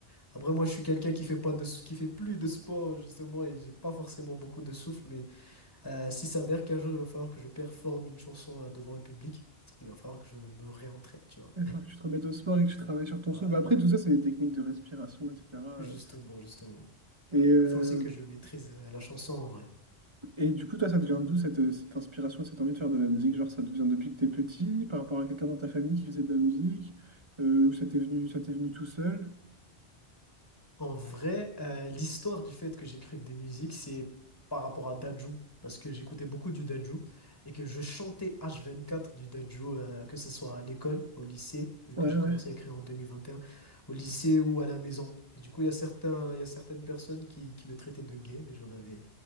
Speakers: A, on the left; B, on the right.
A: Après, moi, je suis quelqu'un qui fait pas de, s- qui fait plus de sport, justement, et j'ai pas forcément beaucoup de souffle, mais euh, s'il s'avère qu'un jour, il va falloir que je performe une chanson euh, devant un public, il va falloir que je me réentraîne, tu vois.
B: Il va falloir que tu te remettes au sport et que tu travailles sur ton
A: Ouais.
B: souffle. Bah, Après, tout ça, c'est des techniques de respiration, etc.
A: Justement,
B: euh.
A: justement.
B: Et, euh,
A: Il faut aussi que je maîtrise euh, la chanson en vrai.
B: et du coup, toi, ça te vient d'où cette, cette inspiration, cette envie de faire de la musique? Genre, ça te vient depuis que t'es petit, par rapport à quelqu'un dans ta famille qui faisait de la musique, euh, ou ça t'est venu, ça t'est venu tout seul?
A: En vrai, euh, l'histoire du fait que j'écrive des musiques, c'est par rapport à Dadju, parce que j'écoutais beaucoup du Dadju et que je chantais H24 du Dadju, euh, que ce soit à l'école, au lycée, vu
B: Ouais,
A: que j'ai
B: ouais.
A: commencé à écrire en 2021, au lycée ou à la maison. Et du coup, il y a certains, il y a certaines personnes qui, qui me traitaient de gay, mais j'en avais